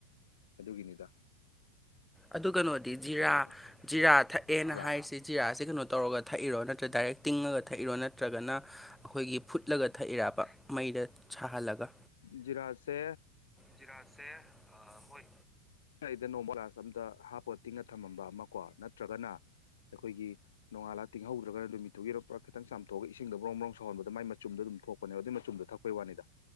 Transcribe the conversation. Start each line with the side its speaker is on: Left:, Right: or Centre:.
Left: ꯑꯗꯨꯒꯤꯅꯤꯗ
Centre: ꯑꯗꯨ ꯀꯩꯅꯣꯗꯤ ꯖꯤꯔꯥ
Left: ꯑꯗ ꯀꯩꯅꯣ
Centre: ꯖꯤꯔꯥ ꯊꯛꯑꯦꯅ
Left: ꯇꯧꯕ꯭ꯔꯥ
Centre: ꯍꯥꯏꯔꯤꯁꯤ ꯖꯤꯔꯥꯁꯤ ꯀꯩꯅꯣ ꯇꯧꯔꯒ ꯊꯛꯏꯔꯣ ꯅꯠꯇ꯭ꯔꯥ ꯗꯥꯏꯔꯦꯛ ꯇꯤꯡꯉꯒ ꯊꯛꯏꯔꯣ ꯅꯠꯇ꯭ꯔꯒꯅ ꯑꯩꯈꯣꯏꯒꯤ ꯐꯨꯠꯂꯒ ꯊꯛꯏꯔꯕ ꯃꯩꯗ ꯁꯥꯍꯜꯂꯒ
Left: ꯖꯤꯔꯥꯥꯁꯦ
Centre: ꯖꯤꯔꯥꯁꯦ ꯑꯥ ꯍꯣꯏ
Left: ꯑꯩꯗ ꯅꯣꯡꯃ ꯒ꯭ꯂꯥꯁ ꯑꯝꯗ ꯍꯥꯞꯄꯒ ꯇꯤꯡꯉꯥ ꯊꯝꯃꯝꯕ ꯑꯃ ꯀꯣ ꯅꯠꯇ꯭ꯔꯒꯅ ꯑꯩꯈꯣꯏꯒꯤ ꯅꯣꯡꯉꯥꯜꯂꯥ ꯇꯤꯡꯍꯧꯗ꯭ꯔꯒ ꯅꯨꯃꯤꯠꯇꯨꯒꯤꯔꯥ ꯄꯨꯔꯥ ꯈꯤꯇꯪ ꯆꯥꯝꯊꯣꯛꯑꯒ ꯏꯁꯤꯡꯗ ꯕ꯭ꯔꯣꯡ ꯕ꯭ꯔꯣꯡ ꯁꯧꯍꯟꯕꯗ ꯃꯥꯏ <unintelligible> ꯃꯆꯨꯝꯗꯣ ꯑꯗꯨꯝ ꯊꯣꯛꯄꯅꯦꯕ ꯑꯗꯨꯏ ꯃꯆꯨꯝꯗ ꯊꯛꯄꯩ ꯋꯥꯅꯤꯗ